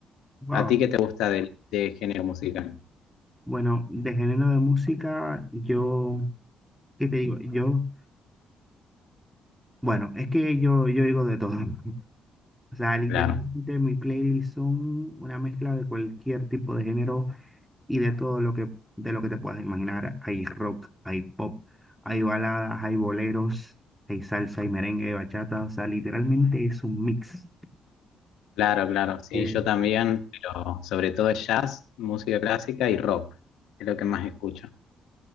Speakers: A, in the centre; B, on the left.
A: Wow.
B: ¿A ti qué te gusta de, de género musical?
A: Bueno, de género de música, yo, ¿qué te digo? Yo, bueno, es que yo, yo digo de todo. <laughs> O sea, literalmente
B: Claro,
A: mi playlist son una mezcla de cualquier tipo de género y de todo lo que, de lo que te puedas imaginar. Hay rock, hay pop, hay baladas, hay boleros, hay salsa, hay merengue, hay bachata. O sea, literalmente es un mix.
B: claro, claro. Sí,
A: Eh,
B: yo también, pero sobre todo jazz, música clásica y rock, es lo que más escucho.